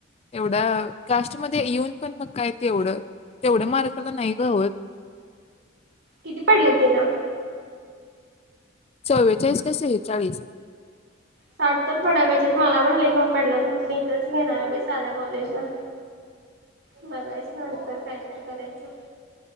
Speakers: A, on the left (about 30°); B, on the right (about 75°).
A: एवढ्यां कास्टमध्ये येऊंन पणं मंग कायं ते एवढं तेवढ्यां मार्काला नाहीं गावंत
B: किती पडलं तिलां
A: चव्वेचाळीस कीसेेचाळीस आहे
B: साठ तरं पडां पाहिजेत मलां पणं लेखम पडलांत म्हंण मी इथंच घेणारवे सांध्या कॉलेजलां बघायचं नांतर कायंतरी करायचं